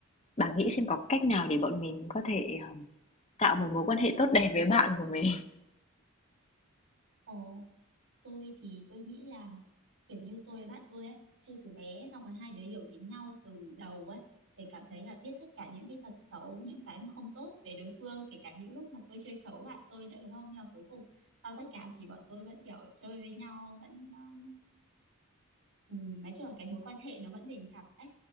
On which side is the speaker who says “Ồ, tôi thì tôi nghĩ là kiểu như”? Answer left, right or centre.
Right